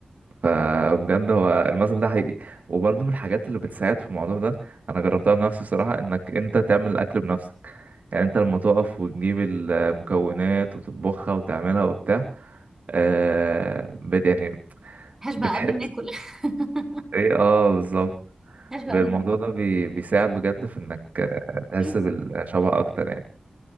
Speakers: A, on the right (about 70°); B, on the right (about 15°).
A: فبجد هو المثل ده حقيقي وبرضه من الحاجات اللي بتساعد في الموضوع ده انا جربتها بنفسي بصراحه انك انت تعمل الاكل بنفسك يعني انت لما تقف وتجيب المكونات وتطبخها وتعملها وبتاع آه بت يعني
B: هشبع
A: بتحس
B: قبل ما اكل <laughs>
A: ايه اه بالظبط
B: هشبع
A: الموضوع
B: قبل ما
A: ده بي بيساعد بجد في انك آه، تحس
B: اكل
A: بالشبع اكتر يعني